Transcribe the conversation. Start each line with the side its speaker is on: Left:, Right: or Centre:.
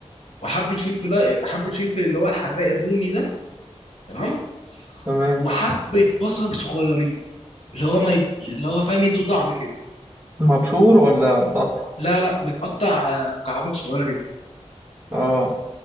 Left: وحبه فلفل حبه فلفل اللي هو الحراق الرومي ده تمام
Right: تمام
Left: وحبه بصل صغيرين اللي هو ما يب... اللي هو فاهم يدوا طعم كده
Right: مبشور ولا متقطع
Left: لا لا متقطع آه، مكعبات صغيره جدا
Right: اه